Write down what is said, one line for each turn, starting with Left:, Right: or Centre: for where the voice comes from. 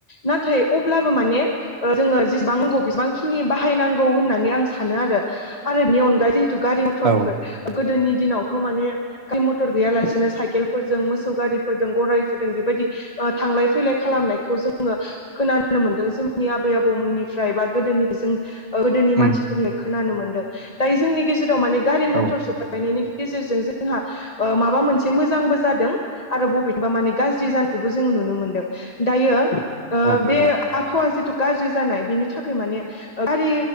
Left: नाथाय अब्लाबो माने ओ जोङो जेसेबां नांगौ बेसेबांखिनि बाहायनांगौ होननानै आं सानो आरो आरो बेनि अनगायै थ गारि मथरफोर
Right: औ
Left: गोदोनि दिनावथ' माने खै मथर गैयालासिनो साइकेलफोरजों मोसौ गारि फोरजों गरायफोरजों बेबायदि ओ थांलाय फैलाय खालामनायखौ जोङो खोनानो मोन्दों जोंनि आबै आबौमोननिफ्राय बा गोदोनिफ्राय जों गोदोनि
Right: उम
Left: मानसिफोरनिफ्राय खोनानो मोनदों दायो जोंनि गेजेराव माने गारि मटर
Right: औ
Left: सफै नायनि गेजेरजों जोंहा ओ माबा मोनसे मोजांबो जादों। आरो बबेनिबा माने गाज्रि जानायखौबो जोङो नुनो मोनदों दायो ओ
Right: औ नंगौ
Left: बे आबहावा जिथु गाज्रि जानाय बिनि थाखाय माने गारि